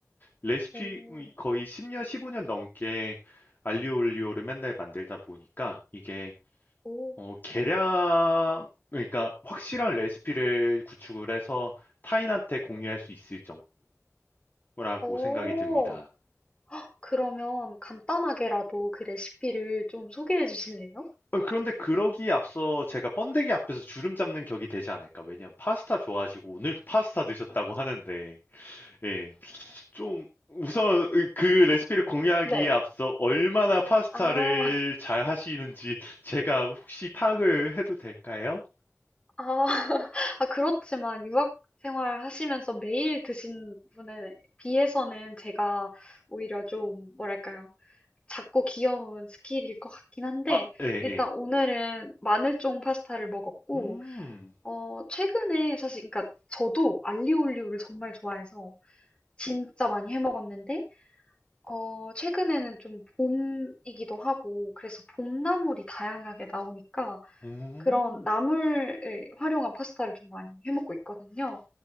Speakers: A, on the left; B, on the left.
A: 레시피
B: 오,
A: 거의 10년, 15년 넘게 알리오 올리오를 맨날 만들다 보니까 이게
B: 오,
A: 어, 계량 그러니까 확실한 레시피를 구축을 해서 타인한테 공유할 수 있을 정도라고
B: 오.
A: 생각이 듭니다.
B: 그러면 간단하게라도 그 레시피를 좀 소개해 주실래요?
A: 어 그런데 그러기에 앞서 제가 번데기 앞에서 주름 잡는 격이 되지 않을까. 왜냐면 파스타 좋아하시고 오늘도 파스타 드셨다고 하는데, 예, 좀 우선 그 레시피를 공유하기에
B: 네.
A: 앞서 얼마나 파스타를
B: 아,
A: 잘 하시는지 제가 혹시 파악을 해도 될까요?
B: 아, <laughs> 아, 그렇지만 유학 생활 하시면서 매일 드신 분에 비해서는 제가 오히려 좀, 뭐랄까요. 작고 귀여운 스킬일 것 같긴 한데,
A: 아, 예,
B: 일단
A: 예.
B: 오늘은 마늘종 파스타를 먹었고,
A: 음,
B: 어, 최근에 사실, 그러니까 저도 알리올리오를 정말 좋아해서 진짜 많이 해 먹었는데, 어, 최근에는 좀 봄이기도 하고, 그래서 봄나물이 다양하게 나오니까,
A: 음.
B: 그런 나물을 활용한 파스타를 좀 많이 해 먹고 있거든요.